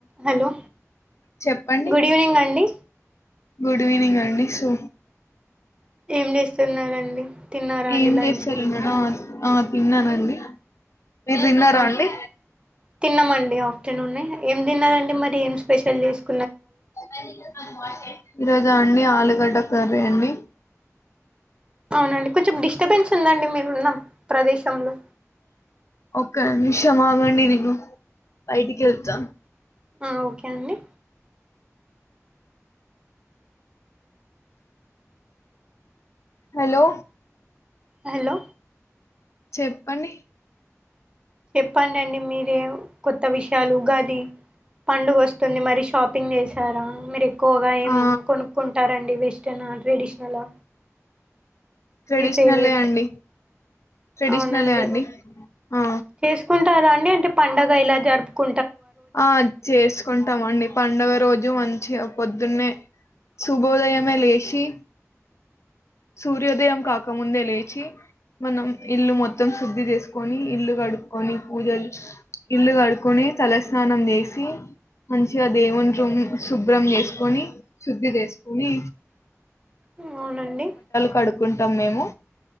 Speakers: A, on the right; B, on the left.
A: Hello
B: చెప్పండి
A: good evening అండి
B: good evening అండి సో
A: ఏం చేస్తున్నారండి తిన్నారా అండి
B: ఏం
A: లంచ్
B: చేస్తారు మేడం ఆ తిన్నానండి మీరు తిన్నారా
A: అవును
B: అండి
A: తిన్నామండి ఆఫ్టర్నూనే ఏం తిన్నదండి మరి ఏం స్పెషల్ చేసుకో
B: <unintelligible> ఈరోజు అండి ఆలుగడ్డ కర్రీ అండి
A: అవునండి కొంచెం డిస్టబెన్స్ ఉందండి మీరు ఉన్న ప్రదేశంలో
B: ఓక నిమిషం ఆగండి నేను బయటికి వెళ్తా
A: ఆ ఓకే అండి
B: హలో
A: హలో
B: చెప్పండి
A: చెప్పండండి మీరే కొత్త విషయాలు గాది పండుగ వస్తుంది మరి షాపింగ్ చేసారా మీరు ఎక్కువగా ఏం
B: ఆ
A: కొనుక్కుంటారండి వి <unintelligible> ట్రెడిషనల్
B: ట్రెడిషనలే
A: మీ ఫేవరెట్
B: అండి ట్రెడిషనలే
A: అవునండి
B: అండి ఆ
A: చేసుకుంటారా అండి అంటే పండగ ఇలా జరుపుకు
B: ఆ చేసుకుంటామండి పండుగ రోజు మంచిగా పొద్దున్నే శుభోదయమే లేచి సూర్యోదయం కాకముందే లేచి మనం ఇల్లు మొత్తం శుద్ధి చేసుకొని ఇల్లు కడుక్కకొని పూజలు ఇల్లు కడుకొని తలస్నానం చేసి మంచిగా దేవుని రూమ్ శుభ్రం చేసుకొని శుద్ధి చేసుకొని
A: అవునండి
B: కడుకుంటాం మేము